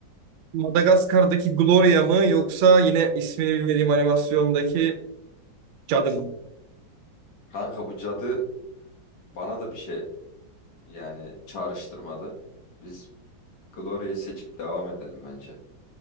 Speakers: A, on the right (about 75°); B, on the left (about 60°).
A: Madagaskar'daki Gloria mı yoksa yine ismini bilmediğim animasyondaki cadı mı?
B: Kanka bu cadı bana da bir şey yani çağrıştırmadı. Biz Gloria'yı seçip devam edelim bence.